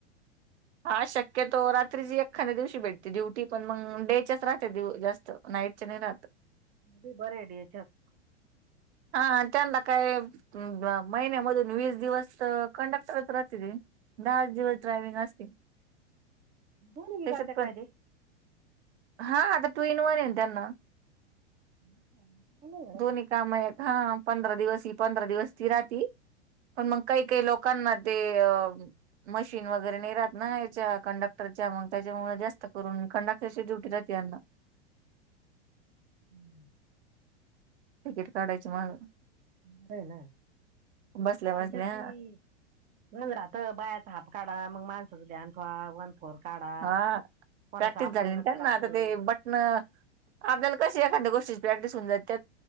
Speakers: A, on the right; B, on the right.
A: हा शक्यतो रात्री ज एखाद्या दिवशी भेटते ड्युटी पण मग डेच्याच राहते दि जास्त नईट चेनला आत.
B: मी बर डी चक
A: हा त्यांना काय महिन्यामधून वीस दिवस कंडक्टरच राहते त दहाच दिवस ड्रायवि्हंग असतील.
B: दोन्ही
A: त्याच्यात
B: बिघडते
A: पण
B: काय ते
A: हा आता तू येनवन येन त्यांना
B: ह का?
A: दोन्ही काम आहेत हा पंधरा दिवस ह पंधरा दिवस ती रााती. पण मग काही काही लोकांना ते अ. मशीन वगैरे नाही राहत ना याच्या कंडक्टरच्या मग त्याच्यामुळे जास्त करून कंडक्टरची डुटी रााते यांना
B: हम्.
A: तिकीट काढायची मग
B: बर आहे ना
A: बसल्या बसल्या
B: त्याच्यात बी म्ह राहत बायाचा हाप काढा मग माणसाचं ध्यान वा वन फोर काढा
A: हा
B: कोणाचं
A: प्रॅक्टिस
B: अपंगच
A: झालीनंतर
B: राहतं
A: ना आता ते बट. न आपल्याला कशी एखाद्या गोष्टीची प्रॅक्टिस होऊन जात